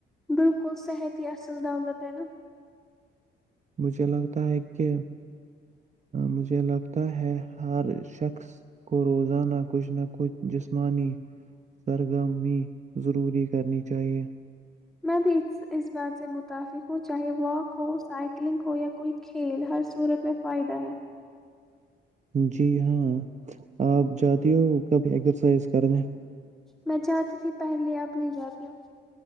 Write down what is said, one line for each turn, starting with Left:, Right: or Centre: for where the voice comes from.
Centre: بالکل صحت ہی اصل ڈولتینا
Right: مجھے لگتا ہے کہ مجھے لگتا ہے ہر شخص کو روزانہ کچھ نہ کچھ جسمانی سرگرمی ضروری کرنی چاہیے
Centre: میں بھی اس اس بات سے متفق ہوں چاہے واک ہو سائیکلنگ ہو یا کوئی کھیل ہر صورت میں فائدہ ہے
Right: جی ہاں آپ جاتی ہو کبھی ایگزرسائز کرنے
Centre: میں چاہتی تھی پہلے اب نہیں جاتی ہوں